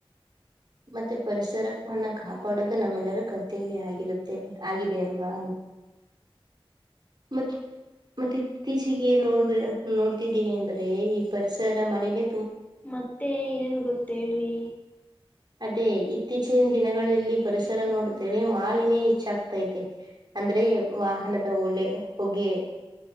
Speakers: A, on the left (about 15°); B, on the right (about 50°).
A: <inaudible>
B: ಮತ್ತೆ ಪರಿಸರವನ್ನ ಕಾಪಾಡೋದು ನಮ್ಮೆಲ್ಲರೂ ಕರ್ತವ್ಯ ಆಗಿರುತ್ತೆ ಆಗಿದೆ ಅಲ್ವಾ
A: <inaudible>
B: ಮತ್ ಮತ್ತೆ ಇತ್ತೀಚಿಗೆ ನೋಡ್ಬ ನೋಡ್ತಿದ್ದೀವಿ ಅಂದ್ರೆ ಈ ಪರಿಸರ ಮಾಲಿನ್ಯ
A: ಮತ್ತೆ ಏನ್ ಗೊತ್ತೇಳ್ರಿ
B: ಅದೇ ಇತ್ತೀಚಿನ ದಿನಗಳಲ್ಲಿ ಪರಿಸರ ನೋಡಿದರೆ ಮಾಲಿನ್ಯ ಹೆಚ್ಚಾಗ್ತೈತೆ ಅಂದ್ರೆ ವಾಹನದ ಒಳ್ಳೆ ಹೊಗೆ